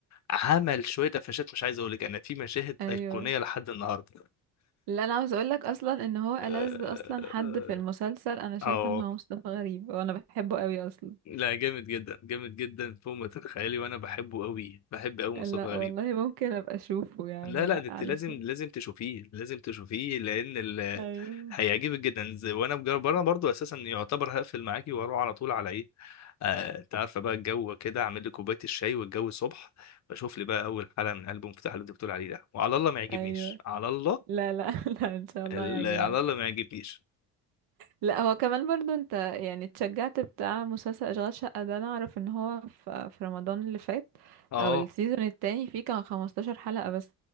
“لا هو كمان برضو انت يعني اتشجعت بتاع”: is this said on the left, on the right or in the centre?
Right